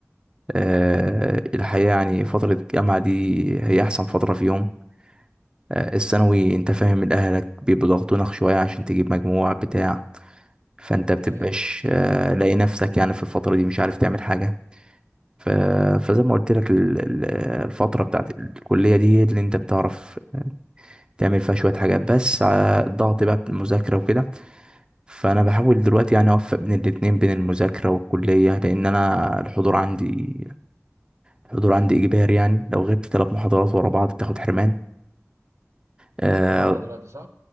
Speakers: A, on the right; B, on the right.
A: آه، الحقيقه يعني فتره الجامعه دي هي احسن فتره فيهم آه، الثانوي انت فاهم من اهلك بيبقوا ضاغطينك شويه عشان تجيب مجموع بتاع فانت بتبقاش
B: حقيقي
A: آه، لاقي نفسك يعني في الفتره دي مش عارف تعمل حاجه ف- فزي ما قلت لك ال- ال- الفترة بتاعت الكلية دي هي اللي انت بتعرف تعمل فيها شوية حاجات بس على الضغط بقى بالمذاكرة وكده فأنا بحاول دلوقتي يعني أوفق بين الاتنين بين المذاكرة والكلية لأن أنا الحضور عندي الحضور عندي إجباري يعني لو غبت ثلاث محاضرات ورا بعض بتاخد حرمان آه
B: سنة رابعة دلوقتي صح؟